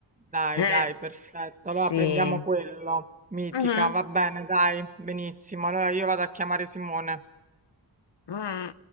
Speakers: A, on the right; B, on the left.
A: Dai,
B: Eh,
A: dai, perfetto.
B: sì.
A: Allora prendiamo quello, mitica,
B: Mhm,
A: va bene, dai, benissimo. Allora io vado a chiamare Simone.
B: mhm.